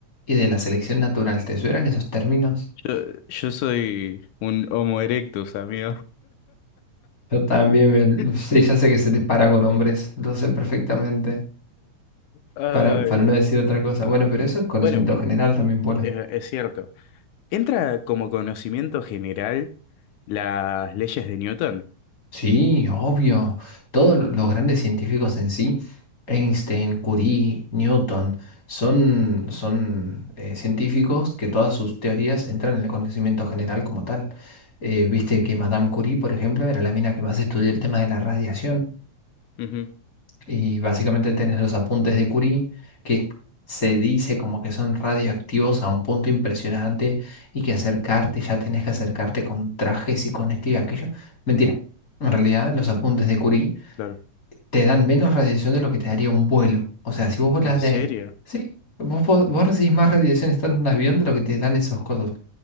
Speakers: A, on the left (about 30°); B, on the left (about 80°).
A: y de la selección natural. ¿Te suenan esos términos?
B: Yo, yo soy un Homo erectus, amigo.
A: Yo también me-
B: <laughs>
A: sí, ya sé que se dispara con hombres, lo sé perfectamente,
B: Ay.
A: para, para no decir otra cosa. Bueno, pero eso es conocimiento
B: Bueno,
A: general también, bola.
B: es, es cierto. Entra como conocimiento general las leyes de Newton.
A: Sí, obvio. Todos lo- los grandes científicos en sí, Einstein, Curie, Newton, son, son eh, científicos que todas sus teorías entran en el conocimiento general como tal. Eh, viste que Madame Curie, por ejemplo, era la mina que más estudió el tema de la radiación.
B: Ujú,
A: Y básicamente tenés los apuntes de Curie, que se dice como que son radioactivos a un punto impresionante y que acercarte, ya tenés que acercarte con trajes y con esto y aquello. Mentira. En realidad, los apuntes de Curie
B: claro.
A: te dan menos radiación de lo que te daría un vuelo. O sea, si vos volás
B: ¿En
A: de...
B: serio?
A: Sí, vos, po- vos recibís más radiación estando en un avión de lo que te dan esos cosos.